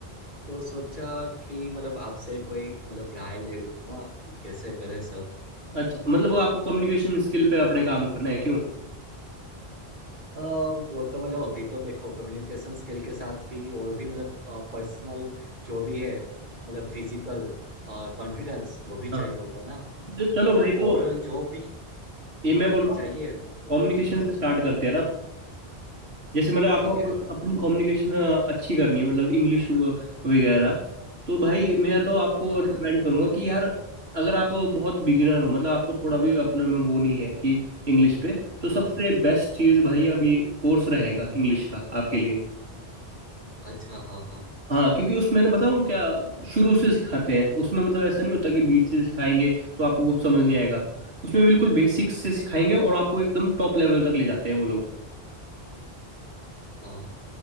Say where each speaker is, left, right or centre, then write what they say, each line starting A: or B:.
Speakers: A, on the right; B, on the right.
A: तो सोचा कि मतलब आपसे कोई मतलब राय ले लूं है ना कि कैसे करें सब
B: अच्छा मतलब वो आपको कम्युनिकेशन स्किल पे अपने काम करना है क्यों
A: अ, वो तो मतलब अभी तो देखो कम्युनिकेशन स्किल के साथ भी और भी मतलब पर्सनल जो भी है मतलब फिजिकल कॉन्फिडेंस वो भी चाहिए
B: हाँ
A: होगा ना
B: ज- चलो
A: तो
B: भाई
A: मतलब ओवरऑल
B: तो
A: जो भी
B: ये मैं
A: के
B: बोल
A: लिए
B: रहा
A: चाहिए
B: हूँ
A: वो
B: कम्युनिकेशन
A: बता दो
B: से स्टार्ट करते हैं ना जैसे मतलब आपको
A: ठीक है
B: अपनी कम्युनिकेशन अच्छी करनी है मतलब इंग्लिश वगैरह तो भाई मैं तो आपको
A: हाँ
B: रिकमेंड करूंगा कि यार अगर आप बहुत बिगिनर हो मतलब आपको थोड़ा भी अपने में वो नहीं है कि इंग्लिश पे तो सबसे
A: हाँ
B: बेस्ट चीज़ भाई अभी कोर्स रहेगा इंग्लिश का आपके लिए
A: अच्छा हाँ हाँ
B: हाँ क्योंकि उसमें ना बताऊँ क्या शुरू से सिखाते हैं उसमें मतलब ऐसा नहीं होता कि बीच से सिखाएंगे तो आपको कुछ समझ नहीं आएगा उसमें बिल्कुल बेसिक्स से सिखाएंगे और आपको एकदम टॉप लेवल तक ले जाते हैं वो लोग
A: हाँ